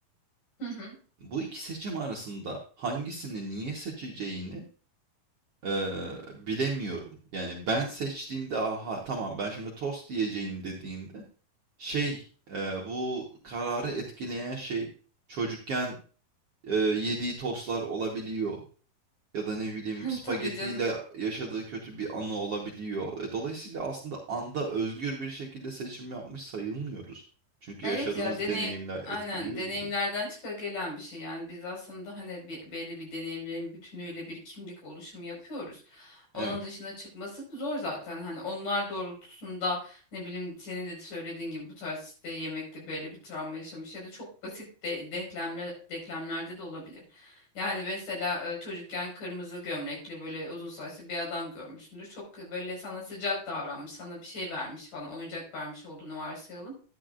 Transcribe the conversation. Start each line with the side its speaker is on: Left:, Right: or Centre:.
Left: Hı hı.
Right: Bu iki seçim arasında hangisini niye seçeceğini eee, bilemiyorum. Yani ben seçtiğimde aha tamam ben şimdi tost yiyeceğim dediğimde şey eee, bu kararı etkileyen şey çocukken eee, yediği tostlar olabiliyor. ya da ne bileyim
Left: <laughs>
Right: spagettiyle
Left: Tabii canım.
Right: yaşadığı kötü bir anı olabiliyor. E, dolayısıyla aslında anda özgür bir şekilde seçim yapmış sayılmıyoruz. Çünkü
Left: Evet
Right: yaşadığımız
Left: ya deneyim
Right: deneyimler
Left: aynen
Right: etkiliyor
Left: deneyimlerden
Right: bizi.
Left: çıka gelen bir şey yani biz aslında hani bir, belli bir deneyimlerin bütünüyle bir kimlik oluşumu yapıyoruz. Onun
Right: Evet.
Left: dışına çıkması zor zaten hani onlar doğrultusunda ne bileyim senin de söylediğin gibi bu tarz işte yemekte böyle bir travma yaşamış ya da çok basit de, denklemle, denklemlerde de olabilir. Yani mesela e, çocukken kırmızı gömlekli böyle uzun saçlı bir adam görmüşsündür. Çok böyle sana sıcak davranmış, sana bir şey vermiş falan, oyuncak vermiş olduğunu varsayalım.